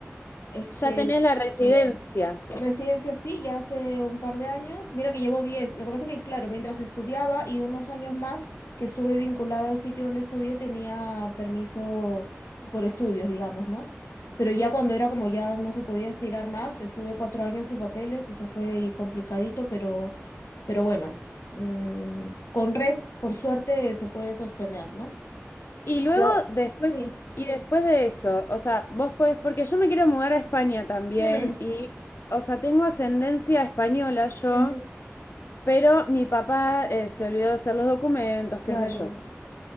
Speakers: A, on the left; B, on the left.
A: Este,
B: ya tenés la residencia.
A: Residencia sí, ya hace un par de años. Mira que llevo 10. Lo que pasa es que, claro, mientras estudiaba y unos años más que estuve vinculada al sitio donde estudié, tenía permiso por estudios, digamos, ¿no? Pero ya cuando era como ya no se podía estirar más, estuve cuatro años sin papeles, eso fue ahí complicadito, pero, pero bueno, mm, con red, por suerte, se puede sostener, ¿no?
B: Y luego,
A: Yo,
B: después,
A: sí.
B: y después de eso, o sea, vos podés, porque yo me quiero mudar a España también,
A: Mm,
B: y, o sea, tengo ascendencia española yo,
A: ujú,
B: pero mi papá eh, se olvidó de hacer los documentos, qué
A: Claro.
B: sé yo.